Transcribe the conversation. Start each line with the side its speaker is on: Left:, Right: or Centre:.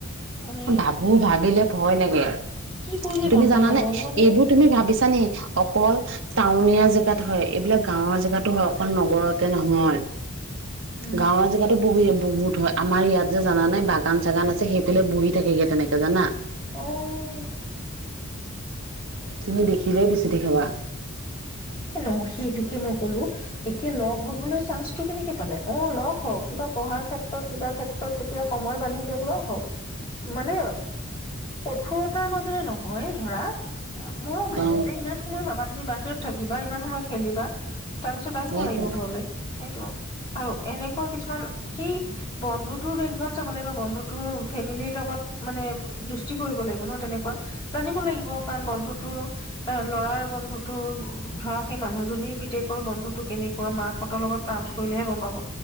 Left: মানে
Right: ভাবো ভাবিলে ভয় লাগে আৰু
Left: কি কৰিলে
Right: তুমি
Left: বন্ধ
Right: জানানে
Left: হব মানে
Right: এইবোৰ তুমি ভাবিছানে অকল টাউনীয়া জেগাত হয় এইবিলাক গাঁৱৰ জেগাতো হয় অকল নগৰতে নহয়
Left: উম
Right: গাঁওৰ জেগাতো বহি বহুত হয় আমাৰ ইয়াত যে জানা নাই বাগান চাগান আছে সেইফালে বহীত, থাকেগে তেনেকে জানা।
Left: আহ!
Right: তুমি দেখিলে বেছি দেখাবা।
Left: ন সেইটোকে ন কলো এতিয়া লগ হবলৈ চান্সটো কেনেকে পালে অ লগ হওক কিবা পঢ়াৰ ক্ষেত্ৰত কিবা ক্ষেত্ৰত তেতিয়া সময় বান্ধি দিয়ক লগ হওক মানে কঠোৰতাৰ মাজেৰে নহয় ধৰা। মৰম মাৰে
Right: অ
Left: যে ইমান সময় পাবা তুমি বাহিৰত থাকা বা ইমান সময় খেলিবা তাৰ পিছত আহিব
Right: সেইটোৱে
Left: লাগিব ঘৰলৈ সেইটো আৰু এনেকুৱা কিছুমান সেই বন্ধুটোৰ বেগান চাব লাগিব বন্ধুতোৰ ফেমিলিৰ লগত মানে দুষ্টি কৰিব লাগিব ন' তেনেকুৱা জানিব লাগিব কাৰণ বন্ধুতটোৰ তাৰ ল'ৰাৰ বন্ধু তোৰ ধৰা সেই মানুহজনীৰ পিতেকৰ বন্ধুতটো কেনেকুৱা মাকহঁতৰ লগত টাৰামছ কৰিলেহে গ'ম পাব।